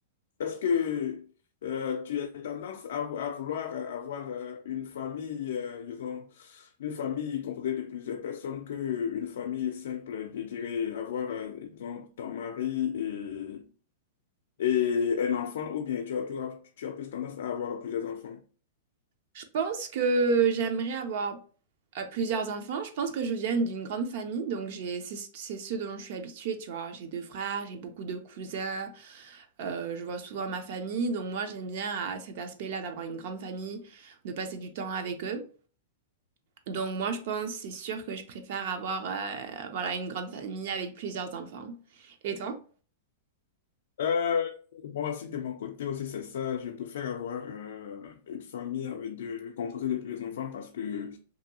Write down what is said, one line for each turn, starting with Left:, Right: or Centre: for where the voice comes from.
Left: Est-ce que euh, tu as tendance à, à vouloir euh, avoir euh, une famille, euh, disons, une famille composée de plusieurs personnes que une famille simple, je dirais, avoir, euh, disons, ton mari et, et un enfant, ou bien tu as, tu as, tu as plus tendance à avoir plusieurs enfants?
Right: Je pense que j'aimerais avoir euh, plusieurs enfants. Je pense que je viens d'une grande famille, donc j'ai c'est c'est ce dont je suis habituée, tu vois. J'ai deux frères, j'ai beaucoup de cousins, euh, je vois souvent ma famille, donc moi j'aime bien euh, cet aspect-là d'avoir une grande famille, de passer du temps avec eux. Donc moi je pense, c'est sûr que je préfère avoir euh, voilà une grande famille avec plusieurs enfants. Et toi?
Left: Euh, bon, aussi de mon côté aussi, c'est ça. Je préfère avoir euh, une famille avec deux, composée de plusieurs enfants parce que,